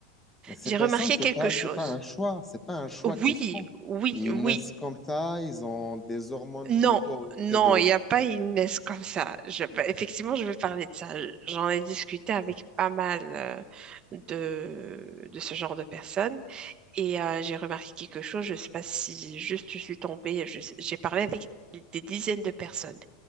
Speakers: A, in the centre; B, on the right.
A: Mais ces
B: j'ai
A: personnes,
B: remarqué
A: c'est
B: quelque
A: pas,
B: chose.
A: c'est pas un choix. C'est pas un choix
B: Oui,
A: qu'ils font.
B: oui,
A: Ils
B: oui,
A: naissent comme ça. Ils ont des hormones
B: Non,
A: plutôt orientées
B: non,
A: de l'autre.
B: il n'y a pas une Inès comme ça. Je- bah, effectivement, je vais parler de ça. J'en ai discuté avec pas mal euh, de, de ce genre de personnes et euh, j'ai remarqué quelque chose. Je ne sais pas si juste je suis tombée. je sais- J'ai parlé avec des dizaines de personnes.